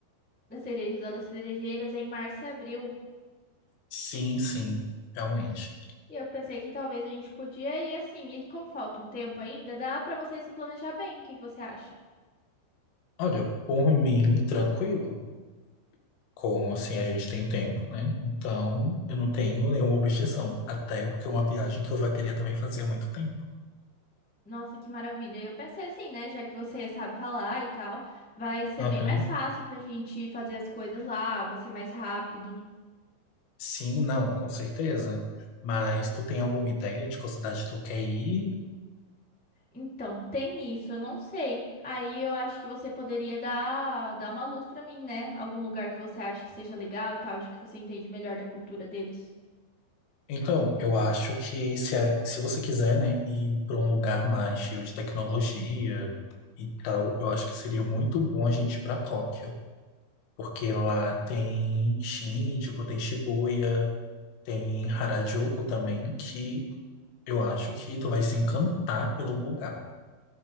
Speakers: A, in the centre; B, on the left.
A: das cerejas, ó, das cerejeiras é em março e abril.
B: Sim, sim, realmente.
A: E eu pensei que talvez a gente podia ir assim, e como falta um tempo ainda, dá pra você se planejar bem. O que que você acha?
B: Olha, por mim, tranquilo. Como assim a gente tem tempo, né? Então, eu não tenho nenhuma objeção. Até porque é uma viagem que eu já queria também fazer há muito tempo.
A: Nossa, que maravilha. Eu pensei assim, né, já que você sabe falar e tal, vai ser
B: Aham.
A: bem mais fácil pra gente fazer as coisas lá, vai ser mais rápido.
B: Sim, não, com certeza. Mas tu tem alguma ideia de qual cidade tu quer ir?
A: Então, tem isso, eu não sei. Aí eu acho que você poderia dar, dar uma luz pra mim, né? Algum lugar que você acha que seja legal e tal, de que você entende melhor da cultura deles.
B: Então, eu acho que se, a- se você quiser, né, ir para um lugar mais cheio de tecnologia e tal, eu acho que seria muito bom a gente ir para Tóquio, porque lá tem Shinjuku, tem Shibuya, tem Harajuku também, que eu acho que tu vai se encantar pelo lugar.